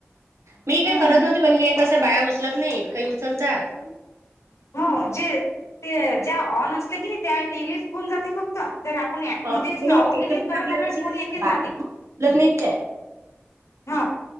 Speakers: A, on the right (about 75°); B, on the left (about 80°).
A: मी काही
B: हम्म
A: करत नव्हती, पण हे कसं बाया उचलत नाहीत, काही उचलतात
B: हो जे.. ते ज्या ऑन असले की नाई त्या <unintelligible> जाते फक्त जर आपण ऍप
A: हो
B: मधेच
A: मी ना मग
B: अहो
A: त्याचे
B: की नई
A: फोन
B: तरच आपल्याला
A: उचलत
B: फोन येतील जातील
A: नाहीत त्या
B: हा,